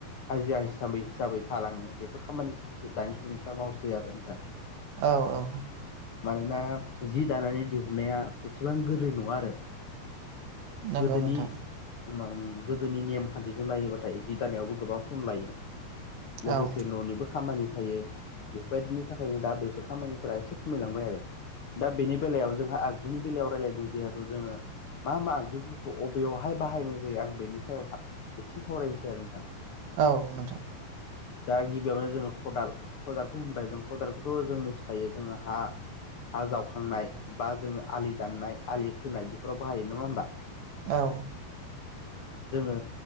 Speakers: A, on the left (about 80°); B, on the right (about 65°).
A: हाजिरा हिसाबै हिसाबै थालांङो बेफोर खामानिखौसो दानि सुबुंफ्रा मावसै आरो नोंथां
B: औ औ
A: मानोना जि दानानै दिहुननाया एसेबां गोरलै नंङा आरो
B: नंगौ
A: गोदोनि
B: नोंथां
A: गोदोनि नेमखान्थिजों नायोबाथाय जि दानायावबो गोबां सम लायो लोगोसे
B: औ
A: न'निबो खामानि थायो बेबायदिनि थाखायनो दा बेफोर खामानि एसे खमायलांबाय आरो दा बेनि बेलायाव जोंहा आगजुनि बेलायाव रायलायदों जिहेथु जोंङो मा मा आगजुफोरखौ अबेयावहाय बाहायनाय जायो आं बेनि सायावहा एसे सावरायनोसै आरो नोंथां
B: औ नोंथां
A: दा गिबियावनो जोंङो खदाल खदालखौ होनबाय जों खदालखौथ' जों मिथि खायो जोंहा हा हा जावखांनाय बा जोंङो आलि दाननाय आलि खोनाय बेफोराव बाहायो नंङा होमबा
B: औ
A: जोंङो